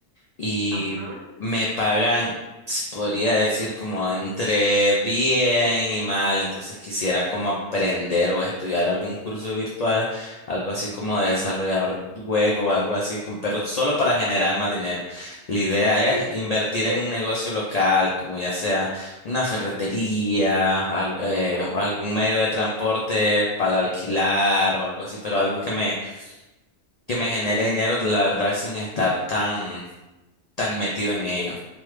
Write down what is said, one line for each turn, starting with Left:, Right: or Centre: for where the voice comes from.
Left: y
Right: Ajá,
Left: me pagan, se podría decir, como entre bien y mal. Entonces quisiera como aprender o estudiar algún curso virtual, algo así como de desarrollador web o algo así, con- pero solo para generar más dinero. La idea
Right: mira,
Left: es invertir
Right: yo,
Left: en un negocio local, como ya sea una ferretería, al- eh,
Right: wow.
Left: o algún medio de transporte para alquilar o algo así, pero algo que me, que me genere dinero, la verdad, sin estar tan tan metido en ello.